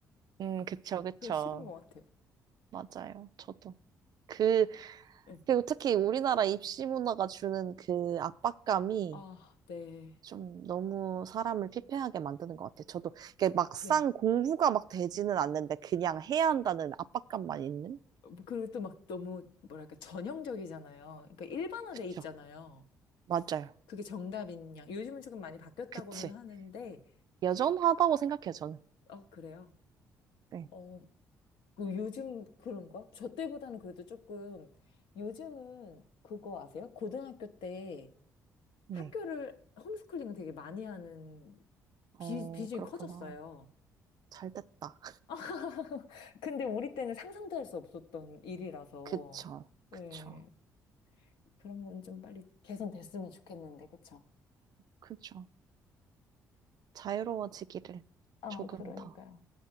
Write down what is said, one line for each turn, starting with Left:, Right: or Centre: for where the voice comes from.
Right: 음, 그쵸, 그쵸.
Left: 그게 싫은 것 같아요.
Right: 맞아요. 저도. 그,
Left: 네.
Right: 그리고 특히 우리나라 입시 문화가 주는 그 압박감이
Left: 아, 네.
Right: 좀 너무 사람을 피폐하게 만드는 것 같아요. 저도 이게 막상
Left: 네.
Right: 공부가 막 되지는 않는데 그냥 해야 한다는 압박감만 있는?
Left: 뭐 그리고 또 막 너무 뭐랄까 전형적이잖아요. 그러니까 일반화돼
Right: 그쵸.
Left: 있잖아요.
Right: 맞아요.
Left: 그게 정답인 양. 요즘은 조금 많이 바뀌었다고는
Right: 그치.
Left: 하는데,
Right: 여전하다고 생각해요, 저는.
Left: 어, 그래요.
Right: 네.
Left: 어, 그 요즘 그런가? 저 때보다는 그래도 조금 요즘은 그거 아세요? 고등학교 때
Right: 네.
Left: 학교를 홈스쿨링 되게 많이 하는
Right: 어,
Left: 비, 비중이
Right: 그렇구나.
Left: 커졌어요.
Right: 잘 됐다.
Left: <laughs> 근데 우리 때는 상상도 할 수 없었던 일이라서
Right: 그쵸.
Left: 네,
Right: 그쵸.
Left: 그런 건 좀 빨리 개선됐으면 좋겠는데 그쵸?
Right: 그쵸. 자유로워지기를
Left: 아
Right: 조금
Left: 그러니까요.
Right: 더.